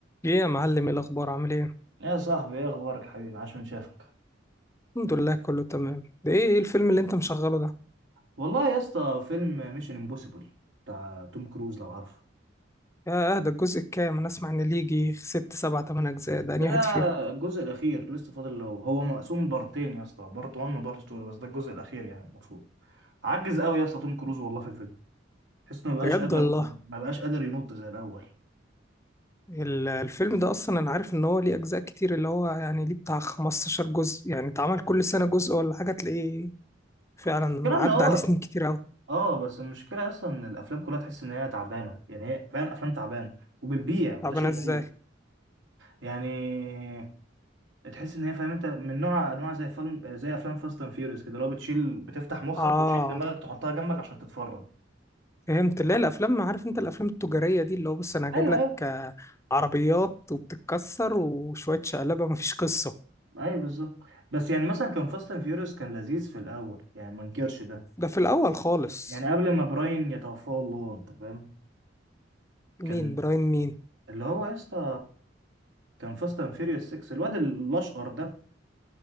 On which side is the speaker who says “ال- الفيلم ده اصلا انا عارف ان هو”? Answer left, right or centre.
Left